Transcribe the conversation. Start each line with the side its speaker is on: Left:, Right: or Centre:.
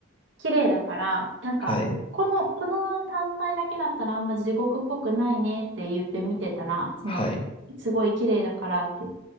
Right: 綺麗だから、なんか、
Left: はい、
Right: この、この単体だけだったらあんま地獄っぽくないねって言って見てたら、その、
Left: はい、
Right: すごい綺麗だからって